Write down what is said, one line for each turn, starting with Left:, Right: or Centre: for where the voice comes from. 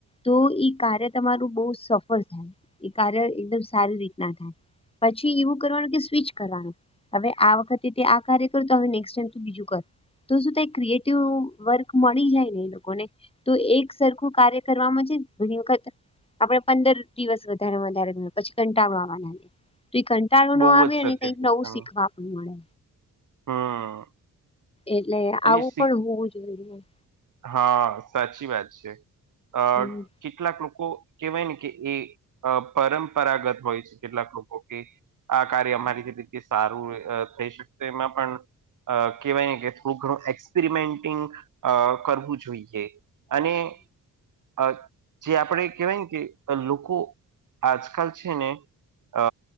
Left: તો ઈ કાર્ય તમારું બહુ સફળ થયું, એ કાર્ય એકદમ સારી રીતના થાય. પછી એવું કરવાનું કે સ્વીચ કરવાનું હવે આ વખતે તે આ કાર્ય કર તો હવે નેક્સ ટાઈમ બીજું કર. તો શું ત ક્રિએટિવ વર્ક મળી જાય ને એ લોકોને તો એક સરખું કાર્ય કરવાવામાં છે ઘણી વખત આપડે પંદર દિવસ વધારે વધારે પછી કંટાળો આવા લાગે તો એ કંટ ટાળો
Right: બહુ
Left: નો આવે
Right: જ સત્ય
Left: ને
Right: કીધું
Left: કઈક નવું
Right: તમે
Left: શીખવા આપણું મળે.
Right: હમ
Left: એટલે
Right: અને
Left: આવું
Right: શી
Left: પણ હોવું જોઈએ.
Right: હા સાચી વાત છે. અ
Left: હમ
Right: કેટલાક લોકો કેહેવાય ને કે એ પરંપરાગત હોય છે કેટલાક લોકો કે આ કાર્ય અમારી થીલી સારું થઈ શકશે એમાં પણ અ કહેવાય ને કે થો ઘણું એક્સપેરિમેન્ટિંગ કરવું જોઈએ અને અ જે આપણે કેહેવાય ને કે લોકો આજકાલ છે ને અ